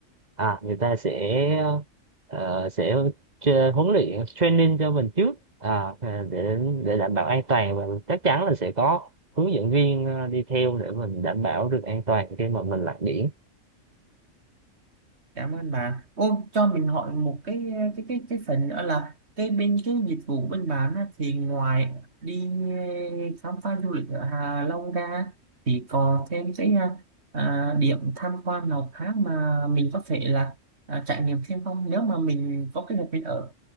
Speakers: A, on the right; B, on the right.
A: à người ta sẽ ờ, sẽ tra- huấn luyện training cho mình trước à, à, để để đảm bảo an toàn và chắc chắn là sẽ có hướng dẫn viên ờ, đi theo để mình đảm bảo được an toàn khi mà mình lặn biển
B: cảm ơn bạn ô cho mình hỏi một cái cái cái cái phần nữa là cái bên cái dịch vụ bên bạn á, thì ngoài đi à, khám phá du lịch ở Hạ Long ra thì còn thêm cái à, à, điểm tham quan nào khác mà mình có thể là à, trải nghiệm thêm không nếu mà mình có kế hoạch mình ở